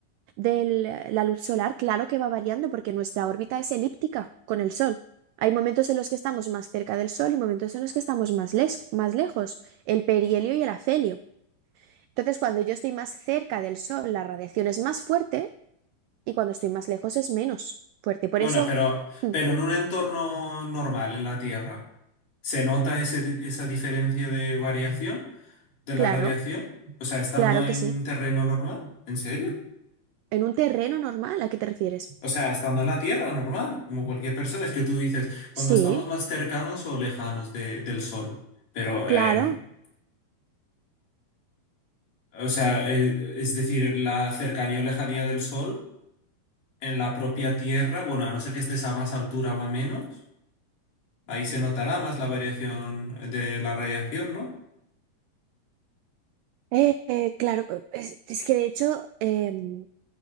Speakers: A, on the right; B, on the left.
A: de la luz solar, claro que va variando porque nuestra órbita es elíptica con el Sol. Hay momentos en los que estamos más cerca del Sol y momentos en los que estamos más, les- más lejos, el perihelio y el afelio. Entonces, cuando yo estoy más cerca del Sol, la radiación es más fuerte y cuando estoy más lejos es menos fuerte. Por
B: Bueno,
A: eso,
B: pero,
A: mm,
B: pero en un entorno normal, en la Tierra, ¿se nota ese di- esa diferencia de variación? ¿De la
A: claro,
B: radiación? O sea, estando
A: claro
B: en
A: que sí.
B: terreno normal, ¿en serio?
A: En un terreno normal, ¿a qué te refieres?
B: O sea, estando en la Tierra normal, como cualquier persona. Es que tú dices, cuando
A: Sí,
B: estamos más cercanos o lejanos de- del Sol. Pero,
A: claro.
B: en, o sea, el- es decir, la cercanía o lejanía del Sol en la propia Tierra, bueno, a no ser que estés a más altura o a menos, ahí se notará más la variación de la radiación, ¿no?
A: Eh, eh, claro, es, es que de hecho, em,